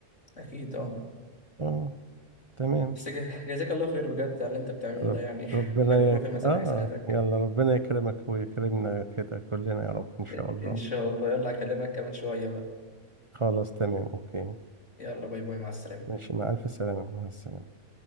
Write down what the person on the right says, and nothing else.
اه تمام
رب
ربنا
يك...
اه
يلا ربنا يكرمك ويكرمنا كده كلنا يا رب ان شاء
الله
خلاص تمام اوكي
ماشي مع الف سلامة مع السلامة